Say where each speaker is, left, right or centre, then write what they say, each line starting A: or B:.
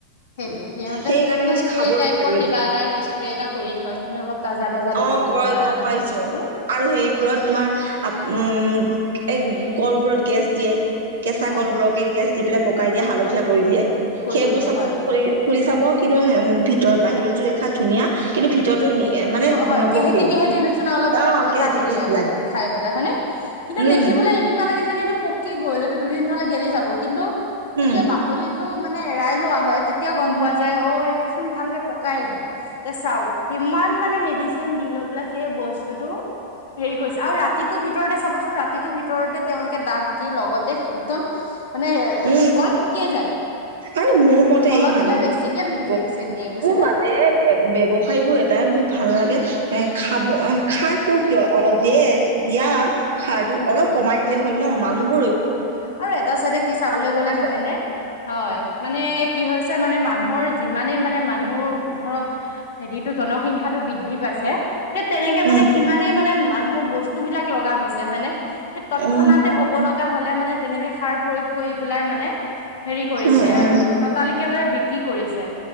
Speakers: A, on the left (about 55°); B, on the right (about 70°).
A: সেইটোৱে, সিহঁতে
B: সেইকাৰণে মানে
A: স্প্ৰে
B: খাব
A: টাইপৰ
B: নোৱাৰি এইবোৰ।
A: কিবা এটা স্প্ৰে এটা কৰি থয়। মানে, অলপ তাজা তাজা দেখিবলৈ
B: অ'! কয়
A: কাৰণে
B: গম পাইছোঁ
A: বস্তুটো
B: আৰু সেইবোৰত
A: হয়
B: তোমাৰ আ, উম! এই, কলবোৰত গেছ দিয়ে। কেঁচা
A: হয়
B: কলবোৰকে গেছ দি পেলাই পকাই দিয়ে, হালধীয়া কৰি দিয়ে।
A: কৰি
B: সেইবোৰ
A: দিয়ে
B: চাব
A: হয়
B: ফু ফুৰি চাব। কিন্তু, ভিতৰত বাহিৰতো দেখাত ধুনীয়া। কিন্তু, ভিতৰতো মানে
A: হয়,
B: নপকেই
A: কেহেতি কেহেতি নিচিনা অলপ,
B: অ
A: এটা
B: কেহেতি
A: হেৰি
B: কেহেতি
A: লাগে খাই পেলাই হয়নে? কিন্তু
B: উম
A: দেখিবলৈ এনেকুৱা লাগে যোন এইটো পকি গ'ল এইটো দুদিনলে গেলি যাব কিন্তু- যেতিয়া
B: উম
A: বাকলিটো মানে এৰাই লোৱা হয় তেতিয়া গম
B: উম
A: পোৱা যায় অ এইটো চোন ভালকে- পকাই নাই এ চাওক কিমান মানে মেডিচিন দি লৈ পেলাই সেই বস্তুতটো- হেৰি কৰিছে আৰু ৰাতিটোৰ ভিতৰতে চাবচোন ৰাতিটোৰ ভিতৰতে তেওঁলোকে দাঁত দি লগত- তে একদম মানে
B: উম
A: কল পকিয়ে যায়।
B: আৰু মোৰ মতে,
A: কলত
B: এই মানুহবোৰ
A: বোলে বেছিকে
B: যে, মোৰ
A: মেডিচিন দিয়ে বুজিছেনে
B: মতে, ব্যৱসায়বোৰ এ তাই মোৰ ভাল লাগে। এ, খাব, খাৰ খুৰ কিয়! অলপ দে, দিয়া। সাৰটো,
A: উম
B: অলপ কমাই দিলে হ'ল ন' মানুহ
A: হয় আৰু এটা চাইডে কি চাবলৈ
B: বেমাৰ
A: গলে
B: আজাৰ
A: জানেনে, হয়! মানে, কি হৈছে মানে, মানুহৰ যিমানে মানে, মানুহ মোৰ ধৰক হেৰিটো, জনসংখ্যয়াটো বৃদ্ধি পাইছে। সেই, তেনেকে মানে,
B: উম
A: সিমানেই মানে মা বস্তু বিলাক লগা হৈছে হয়নে? সেই তৎক্ষণাতে
B: উম
A: হ'ব লগা হ'লে মানে, তেনেকে সাৰ কৰি পেলাই মানে, হেৰি কৰিছে
B: উম উম
A: আৰু ততালিকে মানে বিক্ৰী কৰিছে।